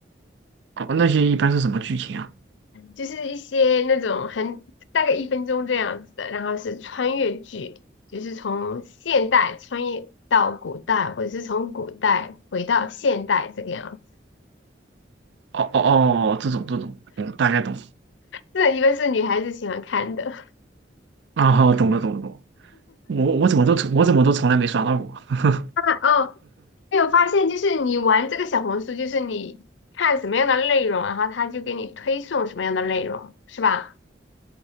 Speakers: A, on the right; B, on the left.
A: 哦，那些一般是什么剧情啊？
B: 就是一些那种很大概一分钟这样子的，然后是穿越剧，就是从现代穿越到古代，或者是从古代回到现代这个样子。
A: 哦哦哦，这种这种，嗯，大概懂。
B: 这个一般是女孩子喜欢看的。<laughs>
A: 啊，好，懂了懂了懂了。我我怎么都从我怎么都从来没刷到过。<laughs>
B: 啊哦，没有发现，就是你玩这个小红书，就是你看什么样的内容，然后他就给你推送什么样的内容，是吧？